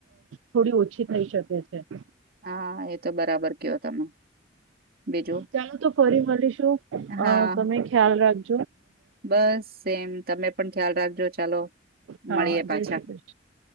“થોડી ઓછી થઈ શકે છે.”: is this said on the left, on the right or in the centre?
Right